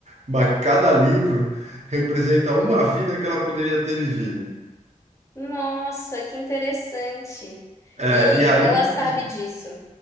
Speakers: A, on the right; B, on the left.
A: mas cada livro representa uma vida que ela poderia ter vivido.
B: Nossa, que interessante.
A: É,
B: E,
A: e aí,
B: e ela sabe
A: e
B: disso.